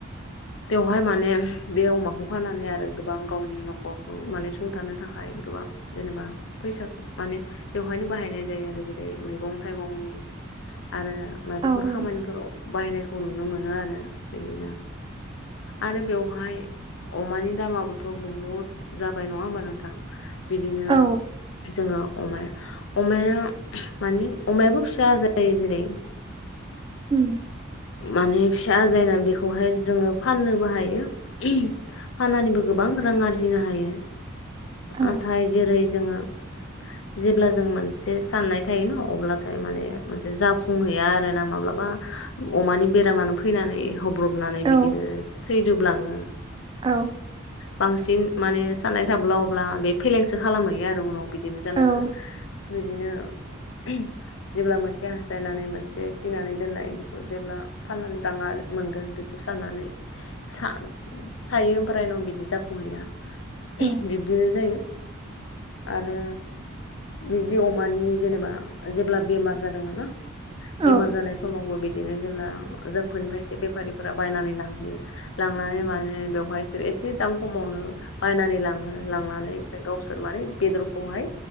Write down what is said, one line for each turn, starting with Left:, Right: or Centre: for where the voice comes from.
Left: बेवहाय माने बे अमाखौ फाननानै आरो गोबां गावनि न'खरखौ माने सुंथानो थाखाय गोबां जेनेबा फैसाखौ माने बेवहायनो बाहायनाय जायो आरो जेरै मैगं थाइगंनि आरो माबाफोर
Right: औ नोंथां
Left: खामानिफोराव बाहायनायखौ नुनो मोनो आरो बिदिनो आरो बेवहाय अमानि दामाबोथ' बहुद जाबाय नङा हबा नोंथां बिदिनो
Right: औ
Left: जोङो अमाया अमाया माने अमायाबो फिसा जायो जेरै
Right: उ
Left: माने फिसा आजायना बेखौहाय जोङो फाननोबो हायो फाननानैबो गोबां रां आरजिनो हायो
Right: औ
Left: नाथाय जेरै जोङो
Right: <inaudible>
Left: जेब्ला जों मोनसे साननाय थायो ना अब्लाथाय माने मोनसे जाफुंहैया आरो ना माब्लाबा अमानि बेरामानो फैनानै हब्रबनानै
Right: औ
Left: बिदिनो थैजोबलाङो
Right: औ
Left: बांसिन माने साननाय थाब्ला अब्ला बे फेलेंसो खालामहैयो आरो उनाव बि बिदिनो जालाङो
Right: औ औ
Left: बिदिनो ओहम जेब्ला मोनसे हास्थायनानै मोनसे थिनानै दोननाय बिफोर जेब्ला फाननानै दाङा मोनगोन बेखौ साननानै सान थायो फोरायनाव बिदि जाफुंहैया
Right: औ
Left: बिब्दिनो जायो आरो बिदि अमानि जेनेबा जेब्ला बेमार जादोंमोन ना
Right: औ
Left: बेमार जानाय समावबो बि बिदिनो जेब्ला जोंफोरनिफ्रायसो बेफारिफोरा बायनानै लांहैयो लांनानै माने बेवहायसो से दाम खमावनो बनानै लांङो लांनानै ओमफ्राय गावसोर माने बेदरखौहाय